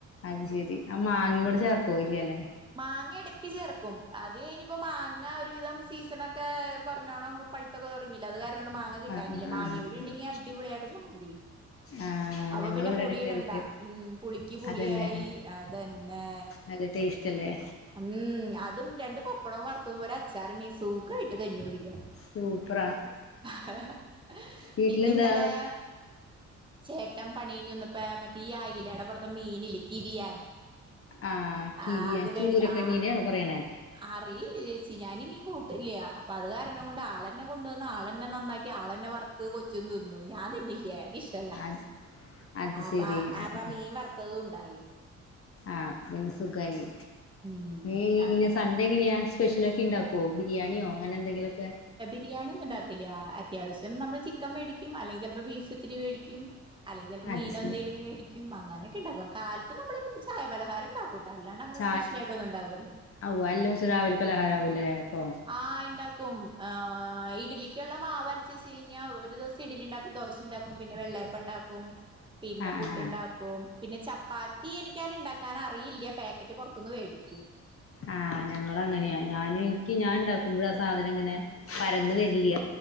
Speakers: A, on the left; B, on the right.
A: അത് ശെരി ആ മാങ്ങിംകൂടെ
B: ഉം
A: ചേർക്കോ? ഇല്യ ലെ?
B: മാങ്ങ ഇടക്ക് ചേർക്കും. അത് ഴിഞ്ഞിപ്പോ മാങ്ങ ഒരുവിധം സീസണൊക്കെ പറഞ്ഞോണം പയ്ത്തൊക്കെ തൊടങ്ങില്ലേ. അത് കാരണംഓട്ന്ന് മാങ്ങ കിട്ടാനില്ല.
A: ആഹ് ആഹ്
B: മാങ്ങ
A: ആഹ്
B: കൂടി ണ്ടെങ്കി അടിപൊളിയായിട്ടാ ചമ്മന്തി.
A: ആഹ്
B: അപ്പൊ
A: ഞങ്ങളിവിടെ
B: പിന്നെ പുളി
A: എടക്ക്
B: ഇടണ്ട.
A: കഴിക്കും
B: ഉം പുളിക്ക് പുളിയായി
A: അതന്നെ
B: അതന്നെ.
A: നല്ല ടേസ്റ്റ്ല്ലേ.
B: ഉം അതും രണ്ട് പപ്പടം വറ്ത്തതും ഒരച്ചാറുണ്ടീ സുഖായിട്ട് കഞ്ഞി കുടിക്കാം.
A: സൂപ്പറാ
B: ഹ ഹ
A: വീട്ടിലെന്താ
B: പിന്നി ന്നലേ ചേട്ടൻ പണി കഴിഞ്ഞ് വന്നപ്പ മറ്റേ ഈ ആയിലടെ പൊടത്തെ മീനില്ലേ കിരിയാൻ
A: ആഹ് കിവിയൻ
B: ആ അത്
A: ചൂരക്കെണ്ണീനെണോ
B: വേടി ആ
A: പറയണേ
B: അറിയില്ല ചേച്ചി ഞാനീ മീൻ കൂട്ടല്യ. അപ്പൊ അത് കാരണം കൊണ്ട് ആളെന്നെ കൊണ്ടോന്ന് ആളെന്നെ നന്നാക്കി ക്കി ആളന്നെ വറത്ത് കൊച്ചും തിന്നു ഞാൻതിന്നില്ല. ഇക്കിഷ് ല്ല.
A: അത് അത്
B: ആപ്പ
A: ശെരി
B: ആപ്പ
A: ആഹ്
B: മീൻ വറുത്തതുണ്ടായി.
A: ആഹ് പിന്നെ സുഖായി.
B: ഉം
A: ഈങ്ങ്യനെ
B: അങ്ങനെ
A: സൺണ്ടേ ങ്ങന്യാ. സ്പെഷ്യലൊക്കെ ഇണ്ടാക്കോ? കോ ബിരിയാണിയോ അങ്ങനെ ന്തെങ്കിലൊക്കെ?
B: ബിരിയാണിന്നും ണ്ടാക്കല്യ. അത്യാവശ്യം നമ്മള് ചിക്കൻ മേടിക്കും അല്ലെങ്കിൽ ചെലപ്പോ ബീഫ് ത്തിരി മേടിക്കും. അല്ലെങ്കി ചിലപ്പോ
A: അത്
B: മീനോ
A: ശെരി
B: എന്തങ്കിലും മേടിക്കും അങ്ങനൊക്കെ ണ്ടാക്കും. കാലത്ത് നമ്മളെന്നും ചായപലഹാരം ണ്ടാക്കൂ അല്ലാണ്ട് അങ്ങനെ
A: ചാ
B: സ്പെഷ്യലായിട്ട് ഒന്നുംണ്ടാവല്യ.
A: ഔ എല്ലാസും രാവിലെ പലഹാര വൂല്ലേ അപ്പൊ
B: ആഹ് ഇണ്ടാക്കും. ഇഡ്ലിക്കുള്ള മാവ്‌ അരച് വെച്ച് കഴിഞ്ഞാ ഒരു ദിവസം ഇഡ്ലിണ്ടാക്കും ദോശണ്ടാക്കും പിന്നെ വെള്ളേപ്പംണ്ടാക്കും. പിന്നെ
A: ആഹ്
B: പുട്ടുണ്ടാക്കും.
A: ആഹ് ആഹ്
B: പിന്നെ ചപ്പാ ത്തി എനിക്ക്ണ്ടാക്കാന റിയില്ല. പാക്കറ്റ് പൊറത്തിന്ന് വേടിക്കും.
A: ആഹ് ഞങ്ങള് അങ്ങന്യാ. ഞാന് ഇക്കി ഞാൻ ണ്ടാക്കുമ്പോഴ ആ സാധനം ങ്ങനെ പരന്ന് വരില്യ.